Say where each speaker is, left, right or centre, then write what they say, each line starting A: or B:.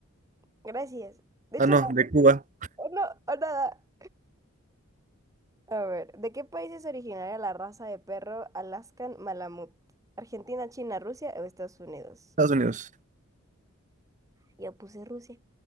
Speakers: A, on the right; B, on the right.
A: Gracias. De hecho,
B: Ah, no, de Cuba,
A: no, no, o nada. A ver, ¿de qué país es originaria la raza de perro Alaskan Malamut? ¿Argentina, China, Rusia o Estados Unidos?
B: Estados Unidos.
A: Yo puse Rusia.